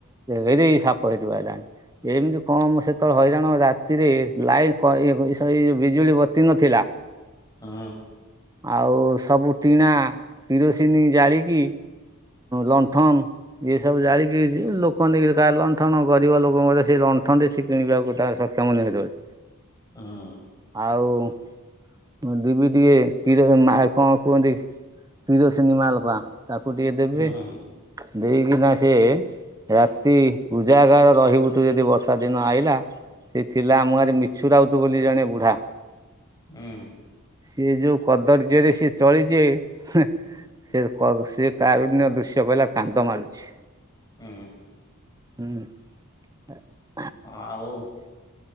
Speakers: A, on the right; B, on the left.
A: ହେ ରେ ସାପ ହେଠି ବାହାରିଲାଣି। ଏମିତି କମ ସେତେବେଳେ ହଇରାଣ ରାତିରେ ଲାଇ <unintelligible> ଏଇ ଯୋଉ ବିଜୁଳି ବତି ନଥିଲା
B: ହଁ।
A: ଆଉ ସବୁ ଟିଣା କିରୋସିିନି ଜାଳିକି ଲଣ୍ଠନ ଇଏ ସବୁ ଜାଳିକି ଯ ଲୋକ ନେଇ କାର ଲଣ୍ଠନ ଗରିବ ଲୋକଙ୍କର ସେ ଲଣ୍ଠନ ସେ କିଣିବା ଗୋଟ ତାର ସ <unintelligible>
B: ହଁ।
A: ଆଉ ଦିବି ଟିକେ କିର ମା କଣ କୁହନ୍ତି କିରୋସିନ ମାଲପା ତାକୁ ଟିକେ ଦେବେ
B: ହୁଁ
A: ଦେଇକିନା ସେଏ ରାତି ଉଜାଗାର ରହିବୁ ତୁ ଯଦି ବର୍ଷା ଦିନ ଆଇଲା ସେ ଥିଲା ଆମ ଗାଁ ରେ ମିଛୁ ରାଉତ ବୋଲି ଜଣେ ବୁଢା
B: ହୁଁ।
A: ସିଏ ଯୋଉ କଦର୍ଯ୍ୟରେ ସିଏ ଚଳିଚି ହ୍ନି ସେ କ ସେ କାରୁଣ୍ୟ ଦୃଶ୍ୟ କହିଲା କାନ୍ଦ ମାଡୁଛି।
B: ହୁଁ।
A: ହୁଁ।
B: ଆଉ